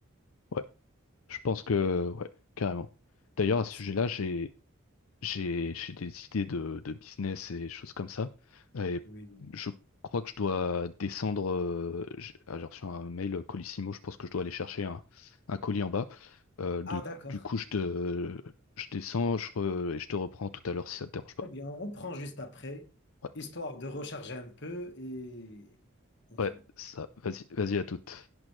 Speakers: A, on the left (about 85°); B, on the left (about 55°).
A: ouais, je pense que ouais, carrément. D'ailleurs, à ce
B: C'est-
A: sujet-là, j'ai, j'ai j'ai des idées de, de business et choses comme ça. Et
B: Oui.
A: je crois que je dois descendre. euh, j'ai ah, j'ai reçu un mail Colissimo. Je pense que je dois aller chercher un, un colis en bas. Euh, du,
B: Ah, d'accord.
A: du coup, je te, je descends, je re- et je te reprends tout à l'heure si ça te dérange
B: Très
A: pas.
B: bien, on reprend juste après,
A: Ouais,
B: histoire de recharger un peu et on
A: ouais,
B: se voit.
A: ça. Vas-y, vas-y à toute.